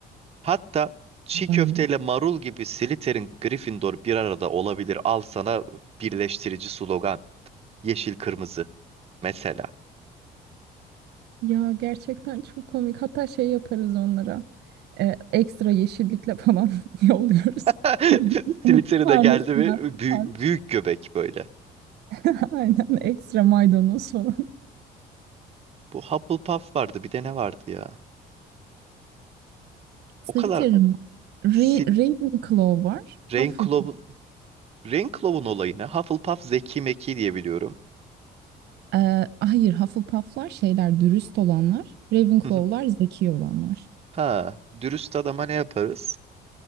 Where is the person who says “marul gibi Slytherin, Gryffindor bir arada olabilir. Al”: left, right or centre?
Right